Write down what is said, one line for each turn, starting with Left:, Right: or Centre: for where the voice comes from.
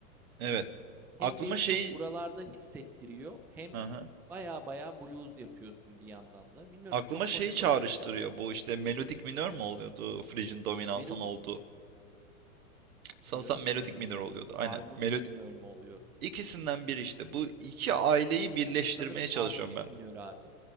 Right: Evet. Aklıma
Centre: Hem beni
Right: şeyi
Centre: çok buralarda hissettiriyor, hem
Right: Hı hı.
Centre: baya baya blues yapıyorsun bir yandan da. Bilmiyorum
Right: Aklıma
Centre: çok
Right: şeyi
Centre: hoşuma
Right: çağrıştırıyor
Centre: gitti.
Right: bu işte melodik minör mü oluyordu Frig'in dominantan
Centre: Melodik,
Right: oldu Sanırsam
Centre: melodik
Right: melodik
Centre: minör
Right: minör
Centre: mü oluyordu?
Right: oluyordu aynen.
Centre: Armonik
Right: Melodi
Centre: minör mü oluyordu?
Right: ikisinden biri işte bu iki
Centre: Hı
Right: aileyi
Centre: hı.
Right: birleştirmeye
Centre: Sanırım
Right: çalışıyorum
Centre: armonik
Right: ben de.
Centre: minör abi.